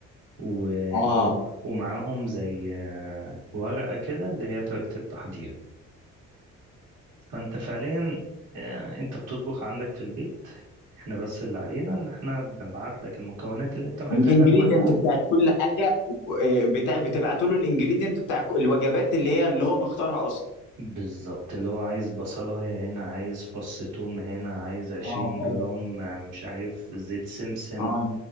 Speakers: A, on the right; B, on the left.
A: و...
B: اه
A: و... ومعاهم زي آه، ورقة كده اللي هي طريقة التحضير فانت فعليا آه، انت بتطبخ عندك في البيت احنا بس اللي علينا ان احنا بنبعت لك المكونات اللي انت محتاجها
B: الانجريدينت
A: كلها
B: بتاعت كل حاجة آه، بتاع بتبعتوا له الانجريدينت بتاع ك- الوجبات اللي هي اللي هو مختارها اصلا
A: بالظبط اللي هو عايز بصلاية هنا عايز فص توم هنا عايز عشرين
B: اه فاهم
A: جرام آه، مش عارف زيت سمسم
B: اه